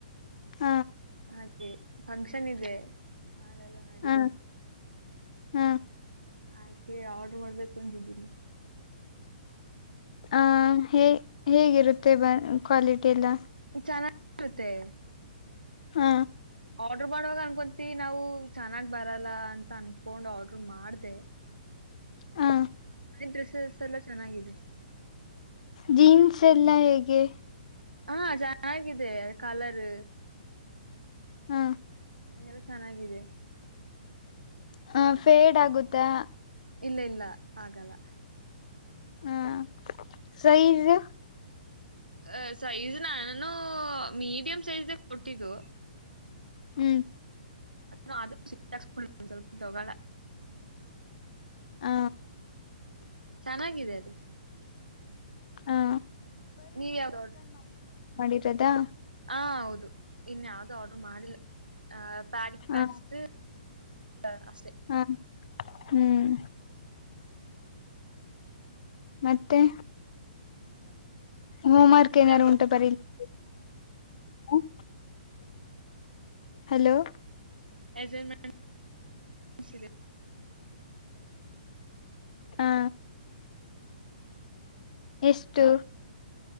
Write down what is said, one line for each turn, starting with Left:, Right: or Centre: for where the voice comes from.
Left: ಹ
Right: ಹಾ ಫಂಕ್ಷನ್ ಇದೆ ನಾಳೆಲ್ಲ ನಾಡಿದ್ದು
Left: ಹ ಹ
Right: ಹಾಗೆ ಆರ್ಡ್ರ ಮಾಡ್ಬೇಕು ಅಂತಿದ್ದೀನಿ
Left: ಆ ಹೇ ಹೇಗಿರುತ್ತೆ ಬ ಕ್ವಾಲಿಟಿ ಎಲ್ಲ
Right: ಚನ್ನ ಇರುತ್ತೆ
Left: ಹ್ಮ
Right: ಆರ್ಡ್ರ ಮಾಡುವಾಗ ಅನ್ಕೊಂತೀ ನಾವು ಚೆನ್ನಾಗ್ ಬರಲ್ಲ ಅಂತ ಅನ್ಕೊಂಡ್ ಆರ್ಡ್ರ ಮಾಡ್ದ್ದೇ
Left: ಹಾ
Right: ಡ್ರೆಸಸ್ ಎಲ್ಲ ಚೆನ್ನಾಗಿದೆ
Left: ಜೀನ್ಸ್ ಎಲ್ಲ ಹೇಗೆ
Right: ಹಾ ಚೆನ್ನಾಗಿದೆ ಕಲರ್
Left: ಹ್ಮ
Right: ನಗೆಲ್ಲ ಚೆನ್ನಾಗಿದೆ
Left: ಹ ಫೇಡ್ ಆಗುತ್ತೆ
Right: ಇಲ್ಲ ಇಲ್ಲ ಆಗಲ್ಲ
Left: ಹ್ಮ್ ಸೈಝು
Right: ಅ ಸೈಜ್ ನ ನಾನು ಮೀಡಿಯಂ್ ಸೈಜ್್ದ ಕೊಟ್ಟಿದ್ದು
Left: ಹ್ಮ್
Right: ಅ ಸಿ ಸ್ಕೂ ಸ್ವಲ್ಪ ದೋಗೋಳ
Left: ಹ
Right: ಚೆನ್ನಾಗಿದೆ ಅದೆ
Left: ಹಾ
Right: ನೀವು ಯಾವ್ದ್
Left: ಮಾಡಿರೋದಾ
Right: ಹ ಹೌದು ಇನ್ ಯಾವ್ದು ಆರ್ಡರ್ ಮಾಡಿಲ್ಲ ಹ್ಮ್ ಸಾರಿ
Left: ಹ
Right: ಪಸ್ಟು ಹ ಅಷ್ಟೇ
Left: ಹ ಹ್ಮ್ ಮತ್ತೆ ಹೋಂವರ್ಕ್ ಏನಾರೂ
Right: ಯಾವ್ದು
Left: ಉಂಟು
Right: ಆರ್ಡರ್
Left: ಏನಾರು ಬರೆಯಲಿಕ್ಕೆ ಹ ಹಲೋ
Right: ಅಸೈನ್ಮೆಂಟ್ ಇದೆ
Left: ಹಾ ಎಷ್ಟು